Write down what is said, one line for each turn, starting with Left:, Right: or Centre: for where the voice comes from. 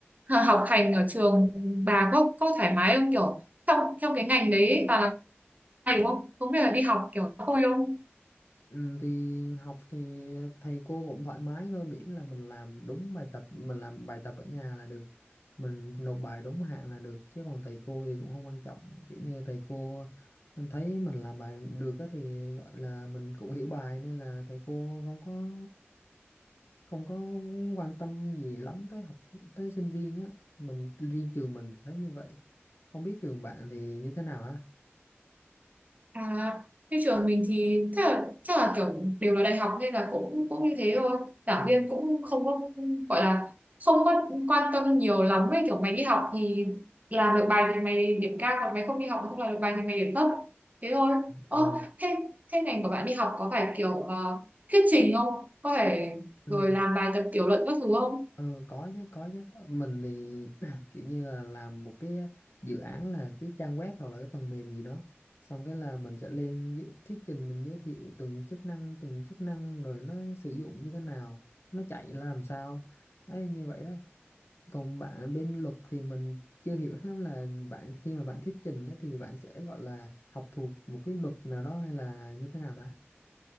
Right: h- học hành ở trường bà có có thoải mái không kiểu trong trong cái ngành đấy bà là hay đúng không cũng như là đi học kiểu có vui không
Left: Ừ, thì học thì thầy cô cũng thoải mái thôi miễn là mình làm đúng bài tập mình làm bài tập ở nhà là được mình nộp bài đúng hạn là được chứ còn thầy cô thì cũng không quan trọng kiểu như thầy cô mình thấy mình làm bài được á thì gọi là mình cũng hiểu bài nên là thầy cô không có không có quan tâm gì lắm tới học tới sinh viên á mình riêng trường mình thì thấy như vậy không biết trường bạn thì như thế nào á
Right: À, như trường mình thì chắc là, chắc là kiểu đều là đại học nên là cũng cũng như thế thôi. Giảng
Left: ừ.
Right: viên cũng không có gọi là không có quan tâm nhiều lắm ấy kiểu mày đi học thì làm được bài thì mày điểm cao còn mày không đi học mà không làm được bài thì mày điểm thấp. Thế thôi. Ơ
Left: Ừ.
Right: thế thế ngành của bạn đi học có phải kiểu ờ, thuyết trình không? Có phải
Left: Ừ.
Right: rồi làm bài tập tiểu luận các thứ không?
Left: Ừ, có chứ có chứ Ờ, mình thì <clears throat> kiểu như là làm một cái dự án là cái trang web hoặc là cái phần mềm gì đó xong cái là mình sẽ lên gi- thuyết trình mình giới thiệu từng chức năng từng chức năng rồi nó sử dụng như thế nào nó chạy là làm sao đấy như vậy đấy còn bạn bên luật thì mình chưa hiểu <laughs> lắm là bạn khi mà bạn thuyết trình đó thì bạn sẽ gọi là học thuộc một cái luật nào đó hay là như thế nào ta